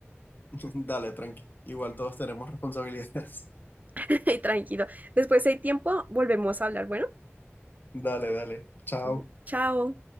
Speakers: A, on the left; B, on the right.
A: <laughs> Dale, tranqui. Igual todos tenemos responsabilidades.
B: <laughs> Ay, Tranquilo. Después, si hay tiempo, volvemos a hablar. Bueno,
A: <laughs> Dale, dale. Chao.
B: ujú, chao.